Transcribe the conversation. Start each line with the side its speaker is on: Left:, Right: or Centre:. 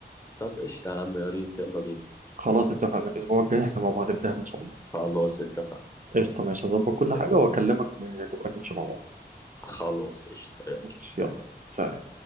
Left: طب قشطة يا عم يا ريت يلا بينا
Right: خلاص اتفقنا الاسبوع الجاي احنا مع بعض في دهب ان شاء الله
Left: خلاص اتفقنا
Right: قشطة ماشي هظبط كل
Left: يلا
Right: حاجة وأكلمك ن- نبقى نمشي مع بعض
Left: خلاص قشطة يلا
Right: ماشي
Left: سلام
Right: يلا سلام